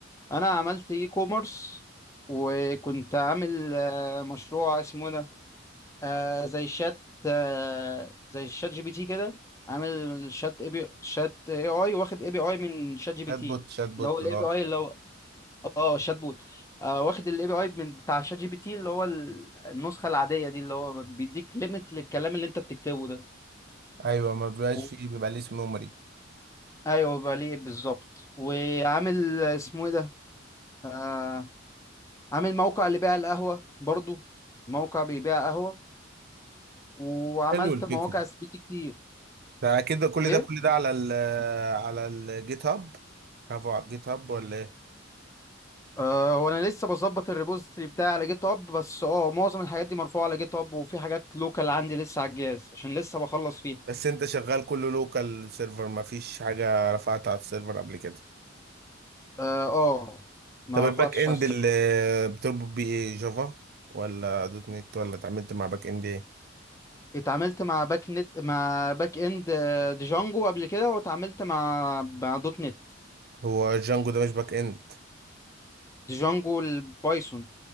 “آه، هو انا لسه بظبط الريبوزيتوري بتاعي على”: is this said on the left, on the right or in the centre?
Left